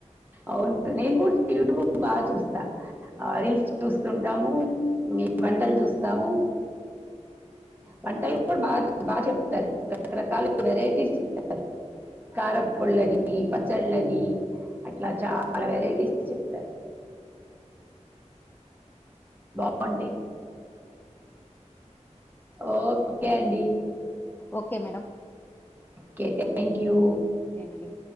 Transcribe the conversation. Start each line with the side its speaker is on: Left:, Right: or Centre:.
Right: అవును నేను కూడ్ యూట్యూబ్ లో బాగా చూస్తా రీల్స్ చూస్తుంటాము మీ వంటలు చూస్త్ తాను వంటలు కూడా బాగా బాగా చెప్తారు రకరకాల వెరైటీస్ చెప్తారు కార కొళని పచ్చళ్ళని అట్లా చాలా వెరైటీస్ చెప్తారు బావుంటయి ఓకే అండి
Left: ఓకే మేడం
Right: కే థ్యాంక్ యూ
Left: థ్యాంక్ యూ